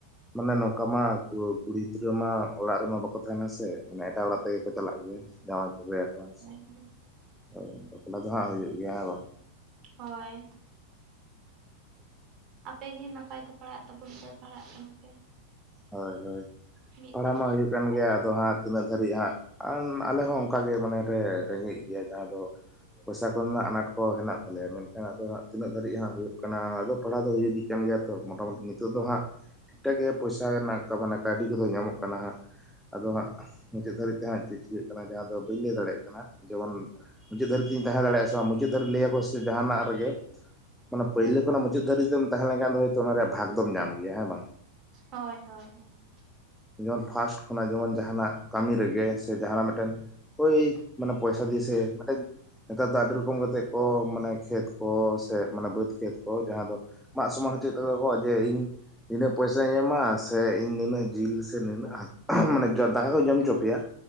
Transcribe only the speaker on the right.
ᱦᱮᱸ᱾
ᱦᱳᱭ᱾ ᱟᱯᱮ ᱜᱮ ᱱᱟᱯᱟᱭ ᱛᱮ ᱯᱟᱲᱦᱟᱜ ᱛᱟᱵᱚᱱ ᱯᱮ ᱯᱟᱲᱦᱟᱜ ᱠᱟᱱᱟ ᱯᱮ᱾
ᱢᱤᱫ
ᱫᱤᱱ
ᱦᱤᱞᱳᱜ
ᱱᱟᱯᱟᱭ
ᱞᱟᱦᱟᱛᱮ
ᱦᱩᱸ
ᱦᱳᱭ, ᱦᱳᱭ, ᱦᱳᱭ,